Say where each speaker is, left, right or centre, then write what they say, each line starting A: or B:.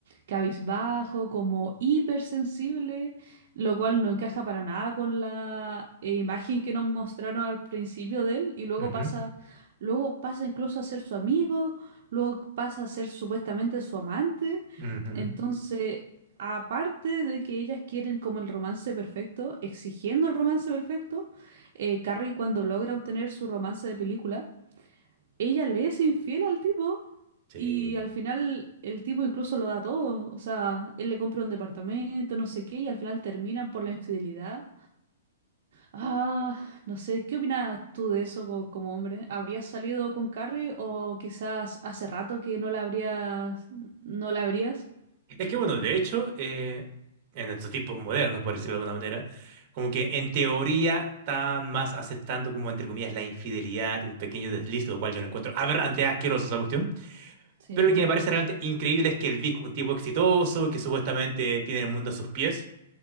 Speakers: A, on the right (about 50°); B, on the right (about 30°).
A: cabizbajo, como hipersensible, lo cual no encaja para nada con la eh, imagen que nos mostraron al principio de él, y luego
B: Ujú,
A: pasa, luego pasa incluso a ser su amigo luego pasa a ser supuestamente su amante.
B: ujú,
A: Entonces, aparte de que ellas quieren como el romance perfecto, exigiendo el romance perfecto, eh, Carrie cuando logra obtener su romance de película, ella le es infiel al tipo
B: sí.
A: y al final el tipo incluso lo da todo. O sea, él le compra un departamento, no sé qué, y al final terminan por la infidelidad. Ah, no sé, ¿qué opinas tú de eso co- como, hombre? ¿Habrías salido con Carrie o quizás hace rato que no la habrías, no la habrías?
B: Es que bueno, de hecho, eh, en estos tiempos modernos, por decirlo de alguna manera, como que en teoría están más aceptando como entre comillas la infidelidad, un pequeño desliz, lo cual yo lo encuentro aberrante, asqueroso esa cuestión.
A: Sí,
B: Pero
A: completamente.
B: lo que me parece realmente increíble es que el Vic, un tipo exitoso, que supuestamente tiene el mundo a sus pies,